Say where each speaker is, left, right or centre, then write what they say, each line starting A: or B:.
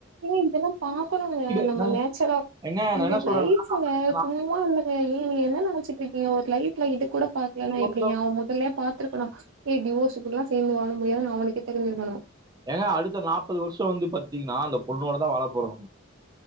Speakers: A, on the right (about 65°); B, on the right (about 20°).
A: ஏங்க இதெல்லா பாக்கணுங்க நம்ம
B: என்ன
A: நேச்சுரா
B: எங்க நான்
A: ஏங்க
B: என்ன சொல்றேன்
A: லைப்ங்க
B: அடுத்த
A: என்னமோ இல்லங்க ஏங்க நீங்க என்ன நெனச்சுட்டிருக் நீங்க ஒரு லைப்ல இது கூட பாக்லேனா
B: வருஷம்
A: எப்டிங்க அவுங் முதல்லயே பாத்துருக்கணு ஏ டிவோஸ்சி கூடல்லா சேந்து வாழ முடியாதுன் அவனுக்கே தெரிஞ்சுருக்கணு
B: ஏங்க அடுத்த நாப்பது வருஷோ வந்து பத்திங்ன்னா அந்த பொண்ணோடதா வாழ போறோ